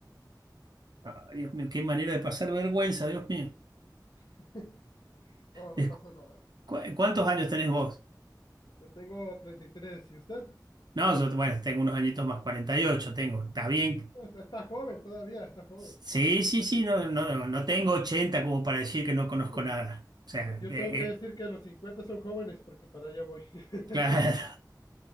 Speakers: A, on the right; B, on the left.
A: Ah, Dios mío, qué manera de pasar vergüenza, Dios mío.
B: <laughs> no, no
A: Es-
B: pasa nada.
A: cu- ¿Cuántos años tenés vos?
B: Yo tengo 33 y tres, ¿y usted
A: No, yo, bueno, tengo unos añitos más, 48, tengo. Está bien.
B: está, está joven todavía, está joven.
A: Sí, sí, sí, no, no, no tengo 80 como para decir que no conozco
B: Sí,
A: nada. O sea,
B: Yo, yo
A: eh,
B: tengo que decir
A: eh,
B: que los 50 son jóvenes porque para allá voy. <laughs>
A: <laughs> claro.